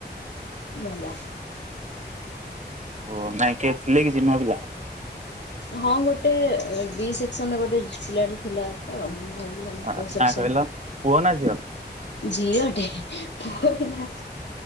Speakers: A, on the left; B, on the right.
A: ଭଲ।
B: ଓ ନାଇଁ କିଏ ଥିଲେ କି ଚିନ୍ହା ପିଲା?
A: ହଁ ଗୋଟେ ବି ସେକ୍ସନ ଗୋଟେ ପିଲା ଟେ ଥିଲା ତ <unintelligible>
B: ହଁ
A: ସେକ୍ସନ
B: ନା କହିଲ ପୁହ ନା ଝିଅ?
A: ଝିଅଟେ ପୁଅ ପିଲା।